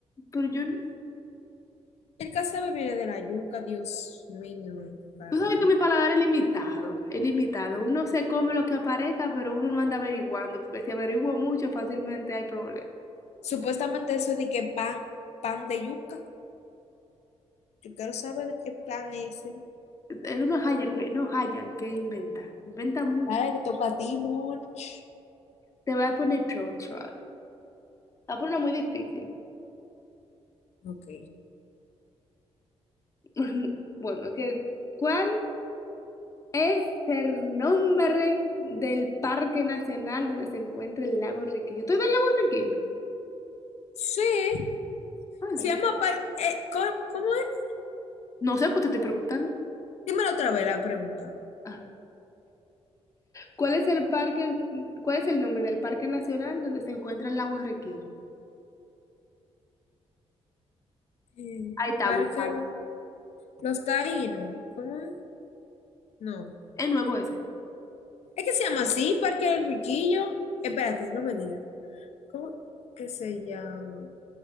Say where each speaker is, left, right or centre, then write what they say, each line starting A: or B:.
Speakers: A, on the left; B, on the left.
A: pero yo...
B: El casabe viene de la yuca, Dios mío, padre.
A: Tú sabes que mi paladar es limitado, es limitado. Uno se come lo que aparezca, pero uno no anda averiguando, porque si averiguo mucho, fácilmente hay problemas.
B: Supuestamente eso de que pan, pan de yuca. Yo quiero saber de qué pan es.
A: Eh, eh, No hallan que, no hallan que inventan, inventan mucho.
B: Dale, te toca a ti, Monch.
A: Te voy a poner otro, otro. Te voy a poner una muy difícil.
B: Ok.
A: <laughs> Bueno, que, ¿cuál Es el nombre del parque nacional donde se encuentra el lago Riquillo. ¿Tú ves el lago Riquillo?
B: Sí,
A: Ah,
B: se
A: no, yo
B: llama...
A: no
B: par- eh, ¿cómo, cómo es?
A: No sé, pues te estoy preguntando.
B: Dímelo otra vez la pregunta.
A: Ah. ¿Cuál es el parque, cuál es el nombre del parque nacional donde se encuentra el lago Riquillo?
B: Eh,
A: Ahí está
B: Parque
A: buscando.
B: Los Taínos. ¿Cómo es? No.
A: Es nuevo ese.
B: Es que se llama así, Parque El Riquillo. Espérate, no me digas. ¿Cómo que se llama?